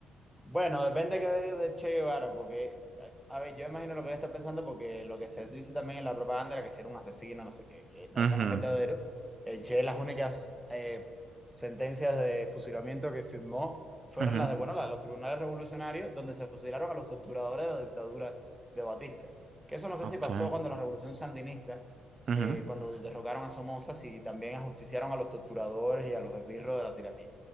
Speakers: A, in the centre; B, on the right.
A: Bueno, depende que de, de Che Guevara, porque, a, a ver, yo imagino lo que él está pensando, porque lo que se dice también en la propaganda era que si era un asesino, no sé qué, que no,
B: Ujú,
A: eso no es verdadero. El Che, las únicas eh, sentencias de fusilamiento que firmó fueron
B: ujú,
A: las de, bueno, las de los tribunales revolucionarios, donde se fusilaron a los torturadores de la dictadura de Batista. Que eso no sé
B: ok,
A: si pasó cuando la revolución sandinista,
B: ujú,
A: eh, cuando derrocaron a Somoza, si también ajusticiaron a los torturadores y a los esbirros de la tiranía.